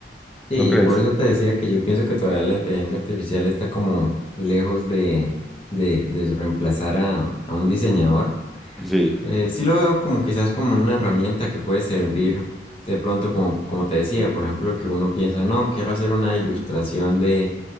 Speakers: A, on the left; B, in the centre.
A: Sí,
B: ¿No crees?
A: por eso te decía que yo pienso que todavía la inteligencia artificial está como lejos de, de, de reemplazar a, a un diseñador.
B: Sí.
A: Eh, sí lo veo como quizás como una herramienta que puede servir de pronto como, como te decía, por ejemplo, que uno piensa, no, quiero hacer una ilustración de